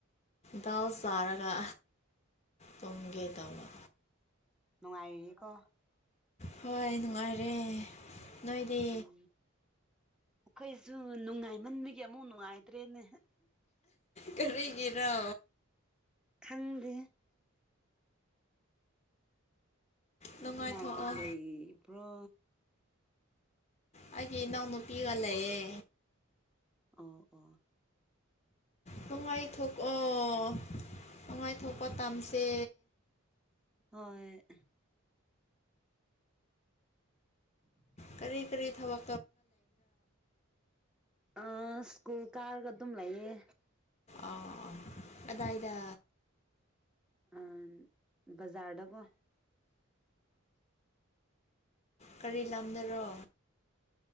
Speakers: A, on the left (about 30°); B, in the centre.
A: ꯗꯥꯎ ꯆꯥꯔꯒ ꯇꯨꯝꯒꯦ ꯇꯧꯅ
B: ꯅꯨꯡꯉꯥꯏꯔꯤꯌꯦꯀꯣ
A: ꯍꯣꯏ ꯅꯨꯡꯉꯥꯏꯔꯦ ꯅꯣꯏꯗꯤ
B: ꯎꯝ ꯑꯩꯈꯣꯏꯁꯨ ꯅꯨꯡꯉꯥꯏꯃꯟꯕꯒꯤ ꯑꯃꯨꯛ ꯅꯨꯡꯉꯥꯏ ꯠꯇ꯭ꯔꯦꯅꯦ
A: ꯀꯔꯤꯒꯤꯔꯣ
B: ꯈꯪꯗꯦ
A: ꯅꯨꯡꯉꯥꯏꯊꯣꯛꯑꯣ
B: ꯎ ꯀꯅꯥ ꯀꯅꯥ ꯂꯩ ꯑ ꯄꯨ꯭ꯔꯣ
A: ꯍꯥꯏꯦ ꯏ ꯅꯎꯅ ꯅꯨ ꯄꯤꯒꯂꯌꯦꯦ
B: ꯑꯣ ꯑꯣ
A: ꯇꯣꯡꯉꯥꯏꯊꯣꯛꯑꯣ ꯇꯣꯡꯉꯥꯏꯊꯣꯛꯀꯣ ꯇꯝꯁꯦ
B: ꯍꯣꯏ ꯎꯝ
A: ꯀꯔꯤ ꯀꯔꯤ ꯊꯕ
B: ꯑ ꯁ꯭ꯀꯨꯜ ꯀꯥꯔꯒꯗꯝ ꯂꯩꯌꯦ
A: ꯑ ꯑ ꯑꯗꯥ ꯏꯗ
B: ꯑꯝ ꯕꯖꯥꯔꯗꯕꯣ
A: ꯀꯔꯤ ꯂꯝꯗꯔꯣ